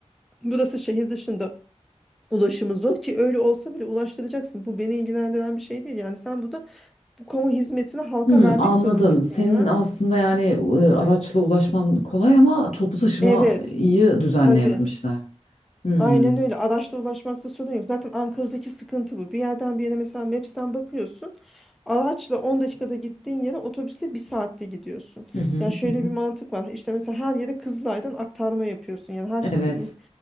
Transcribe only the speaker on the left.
Hmm,
anladım.
Senin
aslında yani e, araçla ulaşman kolay ama toplu taşımayı
düzenleyememişler.
Hmm.
Hı hı,
hı hı.
Evet.